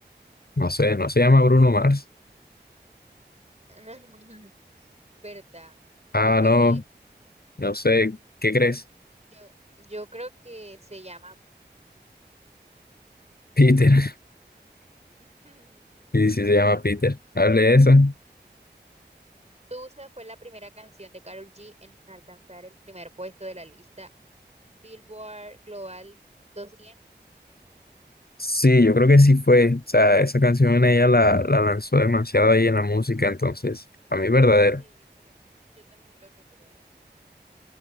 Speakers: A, on the left; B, on the right.
A: No sé, no se llama Bruno Mars.
B: <laughs> ¿Verdad?
A: Ah,
B: Yo creo
A: no,
B: que,
A: no sé. ¿Qué crees?
B: yo, yo creo que se llama
A: Peter. <laughs>
B: <laughs>
A: Sí, sí se llama Peter. A ver, lee esa.
B: Tusa fue la primera canción de Karol G en alcanzar el primer puesto de la lista Billboard Global 200.
A: Sí, yo creo que sí fue. O sea, esa canción ella la, la lanzó demasiado ahí en la música, entonces, a mí verdadero.
B: Sí, yo creo, yo también creo que es verdad.